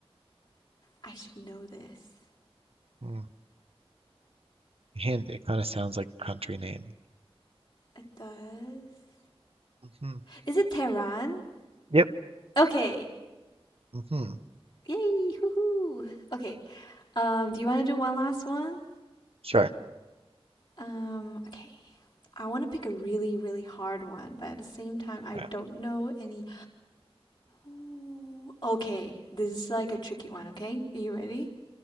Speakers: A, on the left; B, on the right.
A: I should know this.
B: Hmm. Hint, it kind of sounds like a country name.
A: It does.
B: hmm
A: Is it Tehran?
B: Yep.
A: Okay.
B: hmm
A: Yay, hoo-hoo. Okay. Um, do you want to do one last one?
B: Sure.
A: Um, okay. I want to pick a really, really hard one, but at the same time, I
B: Right,
A: don't know any. Ooh, Okay, this is like a tricky one, okay? Are you ready?